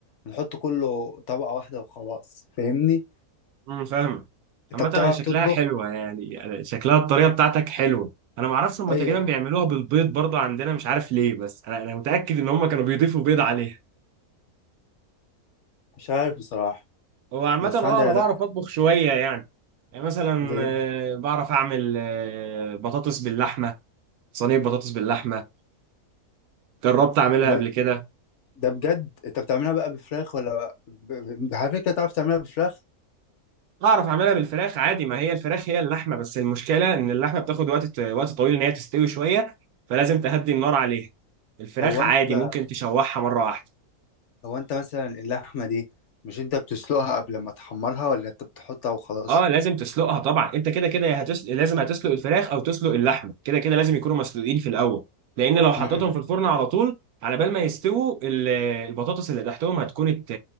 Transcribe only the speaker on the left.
ونحط كله طبقة واحدة وخلاص فاهمني
انت
بتعرف
تطبخ
ايوه
مش عارف بصراحة
بس
عندي
لا
زي
ده
ده بجد انت بتعملها بقى بفراخ ولا ب... ب... على فكرة تعرف تعملها بفراخ
هو
انت
هو انت مثلا اللحمه دي مش انت بتسلقها قبل ما تحمرها ولا انت بتحطها وخلاص
امم